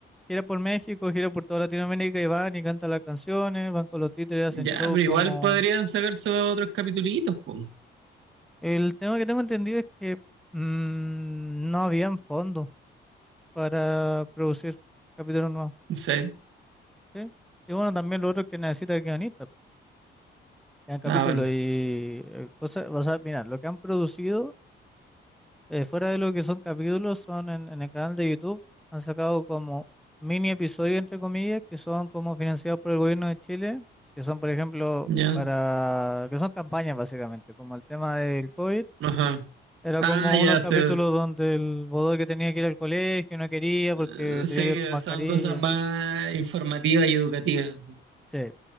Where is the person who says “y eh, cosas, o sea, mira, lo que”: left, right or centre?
Centre